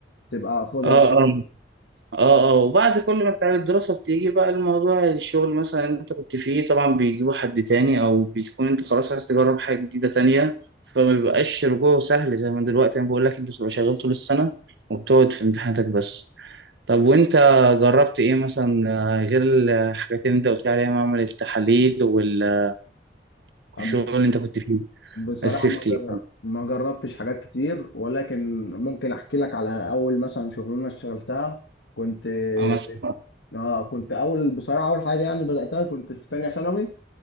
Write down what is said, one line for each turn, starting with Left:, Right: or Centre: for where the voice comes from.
Left: تبقى فاضي
Right: اه
Left: اكتر
Right: اه اه اه وبعد كل ما بتاع الدراسة بتيجي بقى الموضوع الشغل مثلا اللي انت كنت فيه طبعا بيجيبوا حد تاني او بتكون انت خلاص عايز تجرب حاجة جديدة تانية فما بيبقاش رجوعه سهل زي ما دلوقتي انا بقول لك انت بتبقى شغال طول السنة وبتقعد في امتحاناتك بس طب وانت جربت ايه مثلا آه، غير الحاجات اللي انت قلت لي عليها معمل التحاليل وال- والشغل
Left: مم.
Right: اللي انت كنت فيه
Left: بصراحة
Right: السيفتي
Left: ما جر- ما جربتش حاجات كتير ولكن ممكن احكي لك على اول مثلا شغلانة اشتغلتها كنت
Right: اه مثلا
Left: في اه كنت اول بصراحة اول حاجة يعني بدأتها كنت في تانية ثانوي